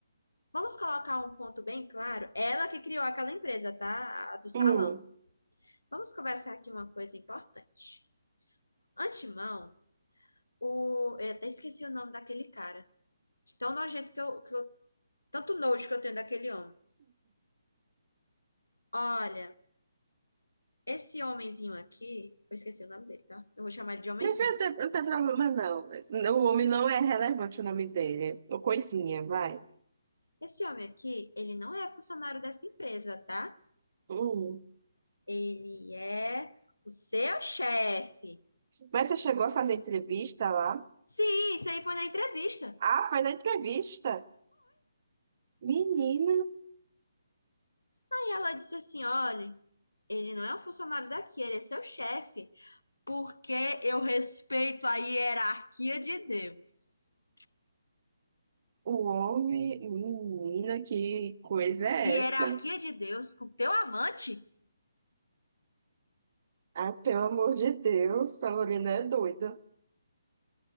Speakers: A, on the left (about 85°); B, on the right (about 45°).
A: Vamos colocar um ponto bem claro. Ela que criou aquela empresa, tá? A do salão.
B: hum.
A: Vamos conversar aqui uma coisa importante. Antemão, o... eu até esqueci o nome daquele cara. De tão nojento que eu, que eu. Tanto nojo que eu tenho daquele homem. Olha, esse homenzinho aqui. Eu esqueci o nome dele, tá? Eu vou chamar ele de homenzinho.
B: Não tem, não tem problema, não. Mas O homem não é relevante o nome dele. O coisinha, vai.
A: Esse homem aqui, ele não é funcionário dessa empresa, tá?
B: Hum.
A: Ele é o seu chefe.
B: Mas você chegou a fazer entrevista lá?
A: Sim, isso aí foi na entrevista.
B: Ah, faz a entrevista. Menina,
A: Aí ela disse assim: olha, ele não é um funcionário daqui, ele é seu chefe, porque eu respeito a hierarquia de Deus.
B: o homem, menina, que coisa é
A: Hierarquia
B: essa?
A: de Deus com teu amante?
B: Ah, pelo amor de Deus, essa Lorena é doida.